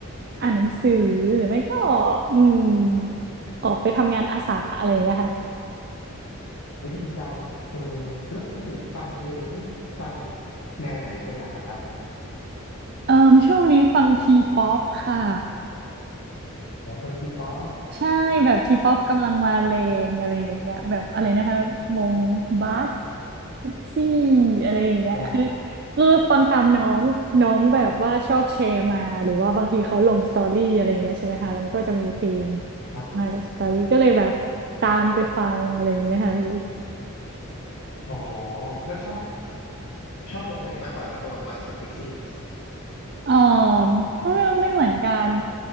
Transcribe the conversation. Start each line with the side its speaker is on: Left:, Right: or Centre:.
Right: อ่านหนังสือหรือไม่ก็อืมออกไปทำงานอาสาอะไรอย่างเงี้ยค่ะ
Left: เฮ้ยดีจังเออแล้วปกติฟังเพลงนี่ฟังแนวไหนเป็นหลักอะครับ
Right: เอ่อช่วงนี้ฟังทีป๊อปค่ะ
Left: อ๋อฟังซีป๊อป
Right: ใช่แบบทีป๊อปกำลังมาแรงอะไรอย่างเงี้ยแบบอะไรนะครับวงบัสพิกซี่อะไรอย่างเงี้ยคือ
Left: อ๋อ
Right: คือฟังตามน้องน้องแบบว่าชอบแชร์มาหรือว่าบางทีเขาลงสตอรี่อะไรอย่างเงี้ยใช่ไหมคะแล้วมันก็จะมีเพลง
Left: ครับ
Right: มากับสตอรี่ก็เลยแบบตามไปฟังอะไรอย่างเงี้ยค่ะพี่
Left: อ๋อแล้วชอบชอบวงไหนมากกว่าครับระหว่างบัสกับพิกซี่
Right: เออก็ไม่ไม่เหมือนกัน